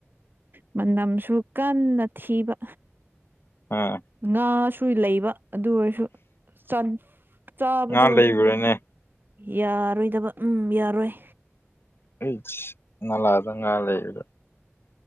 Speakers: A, on the right; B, on the left.
A: ꯃꯅꯝꯁꯨ ꯀꯟꯅ ꯊꯤꯕ
B: ꯑꯥ
A: ꯉꯥꯁꯨ ꯂꯩꯕ ꯑꯗꯨ ꯑꯣꯏꯔꯁꯨ ꯆꯟ ꯆꯥꯕꯗꯣ
B: ꯉꯥ ꯂꯩꯕ꯭ꯔꯥꯅꯦ
A: ꯌꯥꯔꯣꯏꯗꯕ ꯎꯝ ꯌꯥꯔꯣꯏ
B: ꯏꯁ ꯅꯂꯥꯗ ꯉꯥ ꯂꯩꯔꯤꯕ